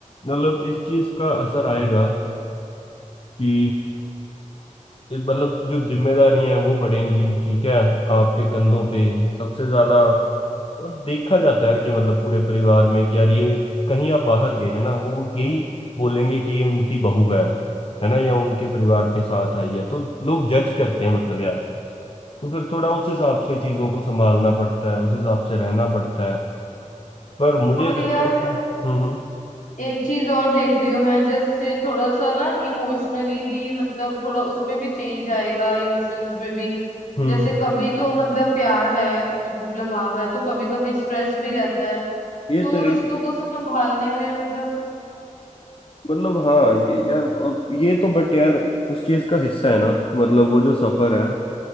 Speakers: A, on the left; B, on the left.
A: मतलब इस चीज का असर आएगा कि ये मतलब जो जिम्मेदारियां हैं वो बढ़ेंगी ठीक है आपके कंधों पे सबसे ज्यादा और देखा जाता है यार कि मतलब पूरे परिवार में कि यार ये कहीं आप बाहर गए है ना वो यही बोलेंगे कि ये उनकी बहू है है ना या उनके परिवार के साथ आई है तो लोग जज करते हैं मतलब यार तो फिर थोड़ा उस हिसाब से चीजों को संभालना पड़ता है उस हिसाब से रहना पड़ता है पर मुझे
B: और
A: लगता
B: यार
A: है कि हम्म हम्म
B: एक चीज और देख रही हूँ मैं जैसे थोड़ा सा ना इमोशनली भी मतलब थोड़ा उसमें भी चेंज आएगा इमोशंस में भी
A: हम्म
B: जैसे कभी तो मतलब प्यार है मतलब लगाव है तो कभी कभी स्ट्रेस भी रहता है
A: ये
B: तो
A: तो यार
B: रिश्तों को संभालने में मतलब
A: मतलब हाँ ये यार और ये तो बट यार उस चीज का हिस्सा है ना मतलब वो जो सफर है